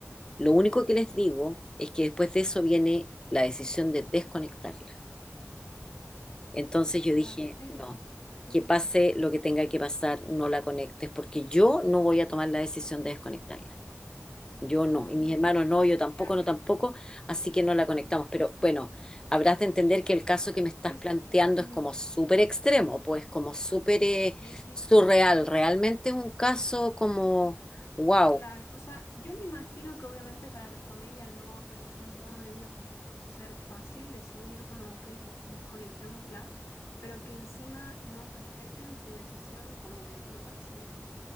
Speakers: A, on the left; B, on the left.
A: Lo único que les digo es que después de eso viene la decisión de desconectarla. Entonces yo
B: Claro,
A: dije,
B: es
A: no,
B: difícil. Ujú,
A: que pase lo que tenga que pasar, no la conectes, porque yo no voy a tomar la decisión de desconectarla. Yo no,
B: ujú,
A: y mis hermanos no, yo tampoco,
B: Claro,
A: no tampoco, así que no la conectamos. Pero bueno, habrás de entender que el caso que me estás
B: es.
A: planteando
B: ujú,
A: es como súper extremo, pues como súper eh,
B: Sí, sí,
A: surreal.
B: sí.
A: Realmente un caso como, wow.
B: Claro, o sea, yo me imagino que obviamente para la familia no, habré- no debió ser fácil decidir como, ok, desconectémosla, pero que encima no respeten su decisión, como que me parece